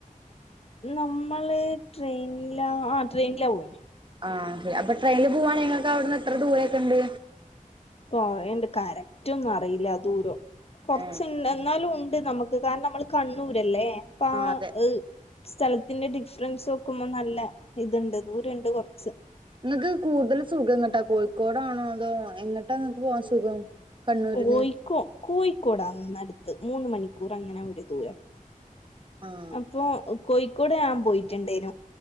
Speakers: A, on the left; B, on the right.
A: നമ്മള് ട്രെയ്ൻലാ ആഹ് ട്രെയ്നിലാ പോയ്ന്
B: ആഹ് ഒക്കെ അപ്പൊ ട്രെയ്ന്ല് പോവാണങ്ങി ഇങ്ങക്ക് അവിടുന്ന് എത്ര ദൂരൊക്കെ ഇണ്ട്
A: കൊറേണ്ട് കറക്റ്റ് ഒന്നും അറിയില്ല ദൂരം കൊറച്ച്ണ്ട്
B: ഏഹ്
A: എന്നാലും ഉണ്ട് നമ് ക്ക് കാരണം നമ്മള് കണ്ണൂരല്ലേ അപ്പാ
B: ആഹ് അതെ
A: ഇഹ് സ്ഥലത്തിന്റെ ഡിഫ്റൻസ് നോക്കുമ്പോ നല്ല ഇത്ണ്ട് ദൂരണ്ട് കൊർച്ച്
B: ഇങ്ങക്ക് കൂടുതൽ സുഖം എങ്ങട്ടാ കോഴിക്കോടാണോ അതോ എങ്ങട്ടാങ്ങക്ക് പോവാൻ സുഖം കണ്ണൂരിന്ന്
A: കോഴിക്കോ കോഴിക്കോടാന്ന്ന്നട്ത് മൂന്ന് മണിക്കൂർ അങ്ങനെ ഒരു ദൂരം
B: ആഹ്
A: അപ്പൊ കോഴിക്കോട് ഞാൻ പോയിറ്റ്ണ്ടേനു